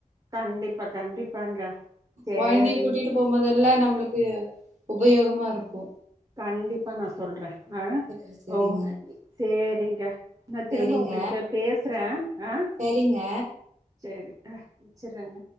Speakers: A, on the right; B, on the right.
A: கண்டிப்பா கண்டிப்பாங்க சேரிங்க
B: கொழந்தைய கூட்டிட்டு போகும்போதெல்லா நம்ளுக்கு உபயோகமா இருக்கு
A: கண்டிப்பா நா சொல்ற ஆ
B: சரி, சரிங்க.
A: ஓ சேரிங்க நா
B: சரிங்க,
A: திரும்ப உங்ளுக்கு பேசுறே ஆ
B: சரிங்க
A: சேரி ஆ வச்சுறங்க